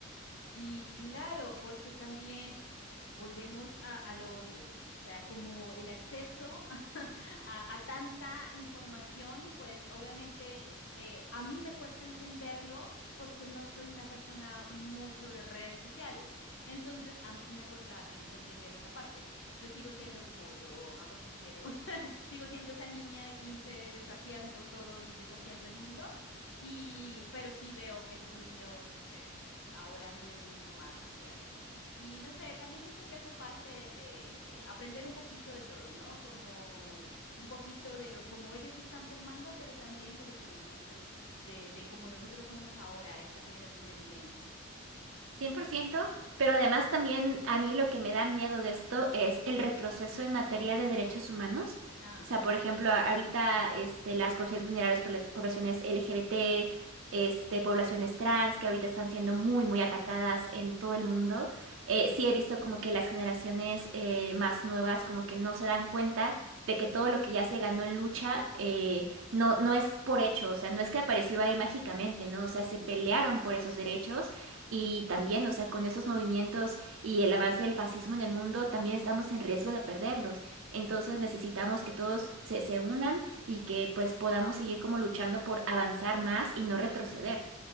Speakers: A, on the left; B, on the right.
A: Sí, claro, porque también eh, volvemos a, a lo otro, o sea, como el acceso <laughs> a, a tanta información, pues obviamente eh, a mí me cuesta entenderlo porque no soy una persona mucho de redes sociales. Entonces, a mí sí me cuesta en- entender esa parte. Yo sigo siendo como yo hago lo que quiero, <laughs> sigo siendo esa niña de 15 desafiando todo y desafiando el mundo, y, pero sí veo que los niños, eh, pues ahora miden mucho más lo que hacen. Y no sé, también siento que hace parte de, de aprender un poquito de todo, ¿no? Como un poquito de lo, como ellos se están formando, pero también de lo que nosotros, de, de cómo nosotros somos ahora, esta generación de millennials.
B: cien por ciento pero además también a mí lo que me da miedo de esto es el retroceso en materia de derechos humanos.
A: Ah,
B: O sea, por ejemplo, a- ahorita este, las poblaciones vulnerables por las poblaciones LGBT, este, poblaciones trans, que ahorita están siendo muy, muy atacadas en todo el mundo. Eh, sí he visto como que las generaciones eh, más nuevas como que no se dan cuenta de que todo lo que ya se ganó en lucha eh, no, no es por hecho, o sea, no es que apareció ahí mágicamente, ¿no? O sea, se
A: mm,
B: pelearon por esos derechos y también, o sea, con esos movimientos y el avance del fascismo en el mundo, también estamos en riesgo de perderlos. Entonces
A: sí.
B: necesitamos que todos se, se unan y que pues podamos seguir como luchando por avanzar más y no retroceder.